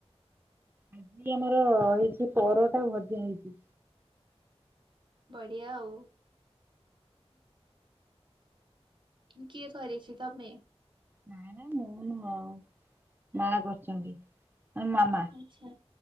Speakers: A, on the right; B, on the right.
A: ଆଜି ଆମର ହେଇଚି ପରଟା ଭଜା ହେଇଚି।
B: ବଢିଆ ଆଉ। କିଏ କରଛି ତମେ?
A: ନାଇ ନାଇ ମୁଁ ନୁହଁ ମା କରିଛନ୍ତି ମାନେ ମାମା।
B: ଆଚ୍ଛା